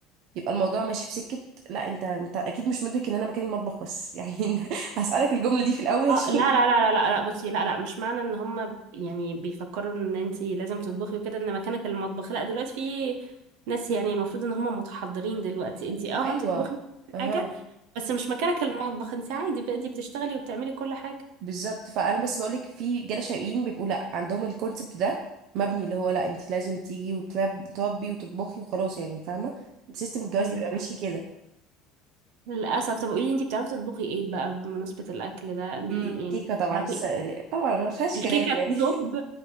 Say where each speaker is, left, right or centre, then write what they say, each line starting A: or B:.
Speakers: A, on the right; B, on the right.
A: يبقى الموضوع ماشي في سكه لا انت انت اكيد مش مدرك ان انا مكاني المطبخ بس يعني <laughs> هسالك الجمله دي في الاول اشوف
B: اه لا لا لا لا لا لا بصي لا لا مش معنى ان هم ب- يعني بيفكروا ان انت لازم تطبخي وكده ان مكانك المطبخ لا دلوقتي في ناس يعني المفروض ان هم متحضرين دلوقتي انت اه
A: ايوه
B: هتطبخي
A: اها
B: حاجة بس مش مكانك المطبخ انت عادي بقى انت بتشتغلي وبتعملي كل حاجة
A: بالظبط فانا بس بقولك في رجاله شقيين بيبقوا لا عندهم الكونسبت ده مبني اللي هو لا انت لازم تيجي وتربي وتطبخي وخلاص يعني فاهمه سيستم الجواز
B: ايوه
A: بيبقى ماشي
B: فاهمة.
A: كده
B: للأسف طب قولي لي انت بتعرفي تطبخي ايه بقى بمناسبة الأكل ده يعني
A: امم كيكه طبعا
B: بتعرفي
A: لسه طبعا ما فيهاش
B: الكيكة
A: كلام يعني
B: التوب